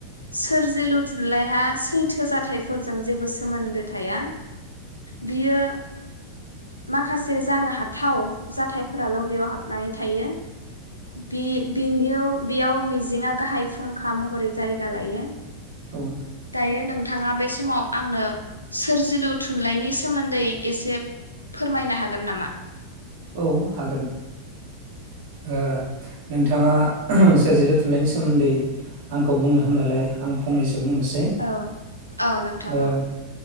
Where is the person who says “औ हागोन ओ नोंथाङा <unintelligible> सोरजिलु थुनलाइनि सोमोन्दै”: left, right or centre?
Right